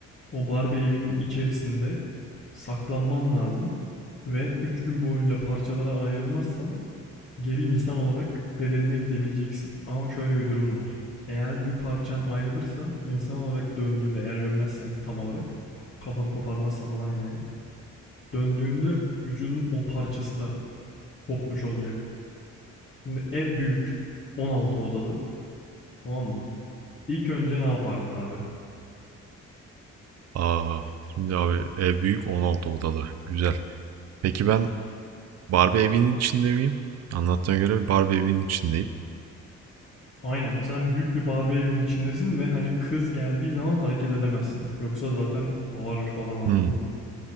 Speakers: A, on the left; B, on the right.
A: O Barbie evinin içerisinde saklanman lazım ve 3 gün boyunca parçalara ayrılmazsan geri insan olarak bedenine gidebileceksin. Ama şöyle bir durum var. Eğer bir parçan ayrılırsa insan olarak döndüğünde eğer ölmezsen tam olarak kafanı koparmazsa falan yani döndüğünde vücudun o parçası da kopmuş olacak. Şimdi ev büyük 16 odalı tamam mı? İlk önce ne yapardın abi?
B: Aa, şimdi abi ev büyük 16 odalı. Güzel. Peki ben Barbie evinin içinde miyim? Anlattığına göre bir Barbie evinin içindeyim.
A: Aynen. Sen büyük bir Barbie evinin içindesin ve hani kız geldiği zaman hareket edemezsin. Yoksa zaten bağırır falan anladın
B: Hmm,
A: mı?